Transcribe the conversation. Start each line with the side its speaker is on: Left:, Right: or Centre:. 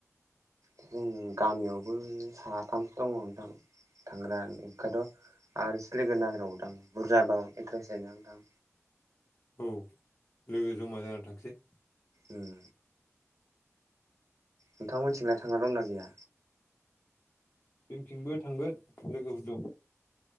Right: जों गामियावबो साथामसो दङ नोंथां। थांग्रा ओंखायथ' आरो एसे लोगो नागिरबाव। नोंथां बुरजाबा एथ्रेस जायो नोंथां।
Left: औ लोगो जमा जानानै थांसै।
Right: उम नोंथां मिथिंनाय थांना दंना गैया?
Left: जोंथिंबो थांगोन लोगोफोर दं।